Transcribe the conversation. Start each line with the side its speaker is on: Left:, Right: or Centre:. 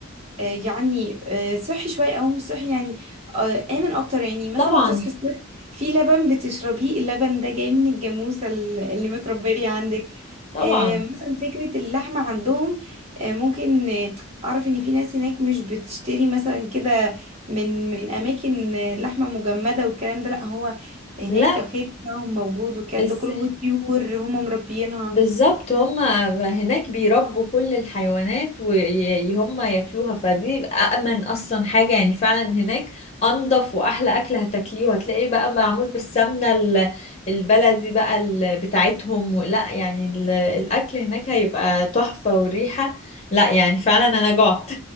Right: آه، يعني آه، صحي شويه او مش صحي يعني آه، امن اكتر يعني مثلا
Left: طبعا
Right: بتصحي الصبح في لبن بتشربيه اللبن ده جاي من الجاموسه ال- اللي متربيه عندك
Left: طبعا
Right: آه، مثلا فكره اللحمه عندهم آه، ممكن آه، اعرف ان في ناس هناك مش بتشتري مثلا كده من من اماكن آه، لحمه مجمده والكلام ده لا هو هناك
Left: لا
Right: الخير بتاعهم موجود والكلام
Left: ازاي
Right: ده كله وطيور هم مربيينها
Left: بالظبط هم هناك بيربوا كل الحيوانات وهم ياكلوها فدي أأمن أصلا حاجة يعني فعلا هناك أنضف وأحلى أكل هتاكليه وهتلاقيه بقى معمول بالسمنة ال- البلدي بقى ال- بتاعتهم لا يعني ال- الأكل هناك هيبقى تحفة والريحة لا يعني فعلا أنا جعت